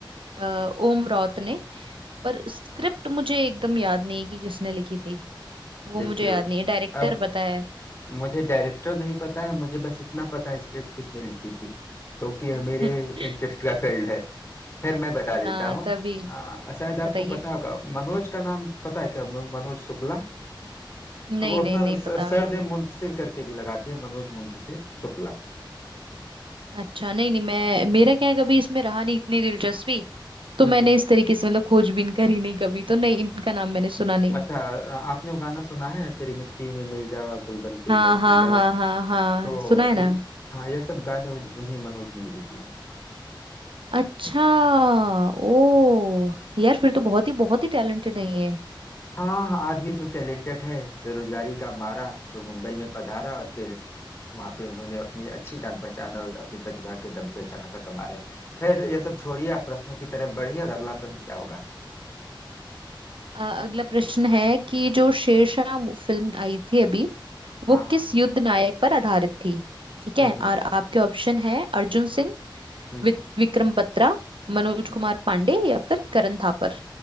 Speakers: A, on the right; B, on the left.
A: अ, ओम रॉथ ने पर स्क्रिप्ट मुझे एकदम याद नहीं है कि किसने लिखी थी वो
B: देखिए
A: मुझे याद नहीं है डायरेक्टर
B: अब
A: पता है
B: मुझे डायरेक्टर नहीं पता है मुझे बस इतना पता है स्क्रिप्ट किसने लिखी थी क्योंकि यह
A: <laughs>
B: मेरे इंटरेस्ट का फील्ड है खैर मैं बता देता
A: हाँ
B: हूँ
A: तभी
B: आ, शायद आपको
A: बताइए
B: पता होगा मनोज का नाम पता है क्या म- मनोज शुक्ला
A: नहीं
B: अब वो
A: नहीं
B: अपना
A: नहीं
B: स-
A: पता
B: सरनेम मुंतशिर करके भी लगाते हैं मनोज मुंतशिर शुक्ला
A: अच्छा नहीं नहीं मैं मेरा क्या है कभी इसमें रहा नहीं इतनी दिलचस्पी तो
B: हम्म
A: मैंने
B: हम्म।
A: इस तरीके से मतलब खोजबीन करी नहीं कभी तो नहीं इनका नाम मैंने सुना नहीं
B: अच्छा आ- आपने वो गाना सुना है तेरी मिट्टी में मिल जावा गुल बन के
A: हाँ
B: मैं खिल
A: हाँ
B: जावा
A: हाँ हाँ हाँ
B: तो
A: सुना है ना
B: ये, हाँ यह सब गाने उन- उन्हीं मनोज ने ही लिखी है
A: अच्छा ओ यार फिर तो बहुत ही बहुत ही टैलेंटेड है ये
B: हाँ हाँ, आदमी तो टैलेंटेड है बेरोजगारी का मारा जो मुंबई में पधारा और फिर वहां पे उन्होंने अपनी अच्छी जान पहचान और अपनी प्रतिभा के दम पे अच्छा खासा कमा रहे हैं खैर यह सब छोड़िए आप प्रश्नों की तरफ बढ़िए और अगला प्रश्न क्या होगा
A: अ, अगला प्रश्न है कि जो शेरशाह मु- फिल्म आई थी अभी वो
B: हाँ हाँ
A: किस युद्ध नायक पर आधारित थी ठीक है
B: हम्म हम्म
A: और आपके ऑप्शन है अर्जुन सिंह
B: हम्म हम्म,
A: वि- विक्रम बत्रा मनोज
B: हम्म।
A: कुमार पांडे या फिर करण थापर